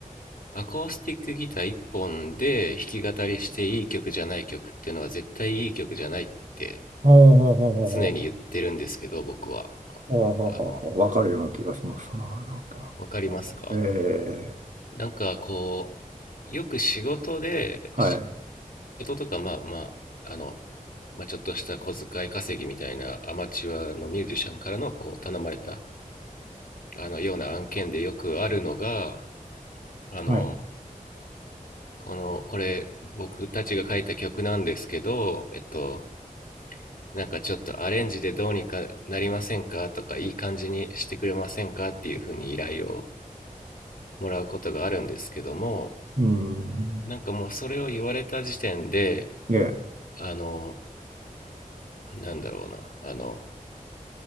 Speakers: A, on the left (about 70°); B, on the right (about 60°).
A: アコースティックギター1本で弾き語りしていい曲じゃない曲っていうのは絶対いい曲じゃないって
B: ほうほうほうほ
A: 常に言ってるんですけど、僕は。
B: ああ、
A: あの、
B: わかるような気がしますな。なんか、
A: わかりますか
B: ええ
A: なんかこう、よく仕事で、
B: はい、
A: 仕事とか、まあまあ、あの、まあ、ちょっとした小遣い稼ぎみたいなアマチュアのミュージシャンからのこう頼まれたあのような案件でよくあるのがあの
B: はい、
A: この、これ僕たちが書いた曲なんですけど、えっと、なんかちょっとアレンジでどうにかなりませんかとかいい感じにしてくれませんかっていうふうに依頼をもらうことがあるんですけども、
B: うん、
A: なんかもうそれを言われた時点で、
B: ええ、
A: あの、なんだろうな、あの、